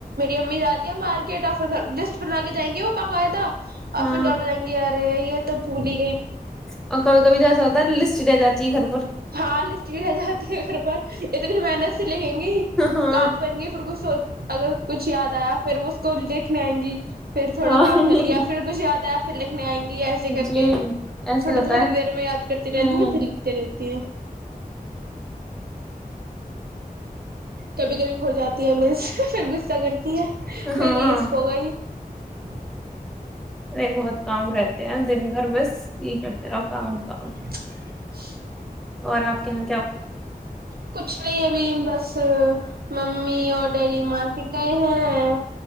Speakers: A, on the right; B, in the centre.
A: امی جاتی ہیں مارکیٹ آ پھر گھر لسٹ بنا کے جائیں گے وہ باقاعدہ
B: ہاں
A: <unintelligible> رہ یہ تو پولی
B: اور کبھی کبھی جیسا ہوتا ہے لسٹ چ رہ جاتی ہے گھر پر
A: ہاں لسٹ بھی رہ جاتی ہے گھر پر اتنی محنت سے لگیں گے
B: ہاں
A: کام کریں گے پھر کچھ س اگر کچھ یاد آیا پھر وہ اس کو دیکھنے آئیں گی پھر تھوڑا
B: ہاں
A: کام کر لیا پھر کھیاد آیا س لیککھ میں آیں گے ایسے
B: جی
A: کر کے
B: ایسے
A: چھوٹے
B: ہوتا
A: تھھوٹے
B: ہے
A: دیر میں یاد کرتی رہتی
B: ہوں
A: ہیں پھر لکھتے رہتی تی ہیں کبھی کبھی کھو جاتی ہےیں پ غصہ کرتی <unintelligible>
B: ہاں
A: <inaudible>
B: نہیں بہت کام رہتا دن بھر بس یہ کرتے رہاو کام
A: <inaudible>
B: کام
A: اچھ
B: اور آپ کےاں
A: کچھ نہیں ابھی بس ممی اور ڈیری مارکیٹ گئے ہیں